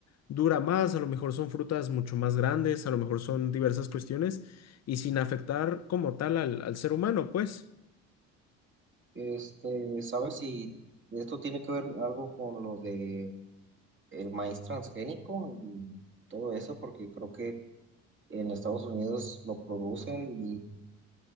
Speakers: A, on the left; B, on the right.
A: dura más, a lo mejor son frutas mucho más grandes, a lo mejor son diversas cuestiones y sin afectar como tal al, al ser humano, pues.
B: Este, ¿sabes si esto tiene que ver algo con lo de el maíz transgénico y todo eso? Porque creo que en Estados Unidos lo producen